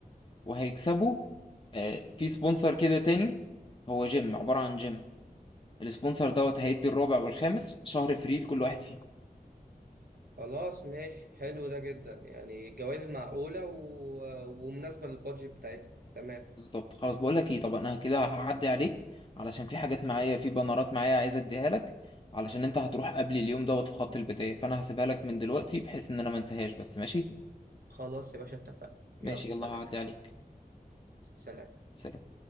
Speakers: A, on the left; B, on the right.
A: وهيكسبوا آه في سبونسر كده تاني هو جيم عبارة عن جيم السبونسر دوت هيدي الرابع والخامس شهر فري لكل واحد فيهم
B: خلاص ماشي حلو ده جدا يعني الجوائز معقولة و... ومناسبة للبادجت بتاعتنا تمام
A: بالظبط خلاص بقول لك ايه طب انا كده هعدي عليك علشان في حاجات معايا في بنرات معايا عايز اديها لك علشان انت هتروح قبل اليوم دوت في خط البداية فانا هسيبها لك من دلوقتي بحيث ان انا ما انساهاش بس ماشي
B: خلاص يا باشا اتفقنا
A: ماشي
B: يلا
A: يلا
B: سلام
A: هعدي عليك
B: سلام
A: سلام